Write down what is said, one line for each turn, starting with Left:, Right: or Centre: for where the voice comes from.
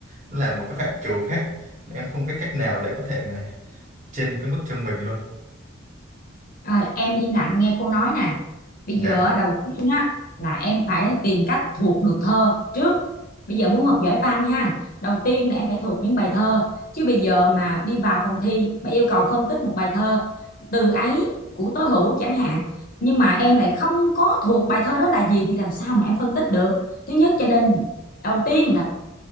Right: nó là một cái phạm trù khác em không biết cách nào để có thể mà trên cái mức trung bình luôn
Left: Rồi em im lặng nghe cô nói nè. Bây
Right: dạ
Left: giờ á, đầu tiên á là em phải tìm cách thuộc được thơ trước. Bây giờ muốn học giỏi văn ha, đầu tiên là em phải thuộc những bài thơ. Chứ bây giờ mà đi vào phòng thi mà yêu cầu phân tích một bài thơ từ ấy của Tố Hữu chẳng hạn, nhưng mà em lại không có thuộc bài thơ đó là gì thì làm sao mà em phân tích được. Thứ nhất cho nên đầu tiên là